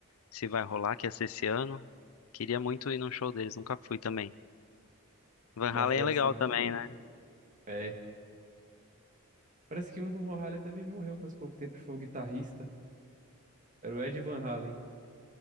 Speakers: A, on the left; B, on the right.
A: se vai rolar, que ia ser esse ano. Queria muito ir num show deles, nunca fui também. Van
B: Nossa,
A: Halen
B: deve
A: é legal
B: ser muito
A: também,
B: louco.
A: né?
B: É. Parece que um do Van Halen também morreu faz pouco tempo. Foi o guitarrista. Era o Ed Van Halen.